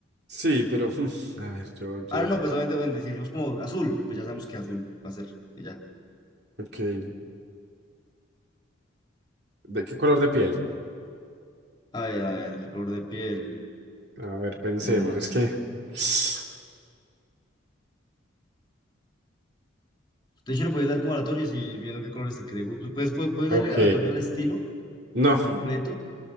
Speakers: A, on the right; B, on the left.
A: Sí, pero <laughs> a ver, yo, yo,
B: Ah, no, no, pues obviamente, obviamente, si decimos como azul, pues ya sabemos que azul va a ser. y ya.
A: ok. ¿De qué color de piel?
B: A ver, a ver, ¿qué color de piel?
A: A ver, pensemos,
B: Mm, No
A: es
B: sé.
A: que. <sighs>
B: De hecho, le puedes dar como aleatorios y viendo qué colores te quiere. gu- Puedes, pu- puedes,
A: Ok,
B: darle aleatorio al estilo
A: No.
B: completo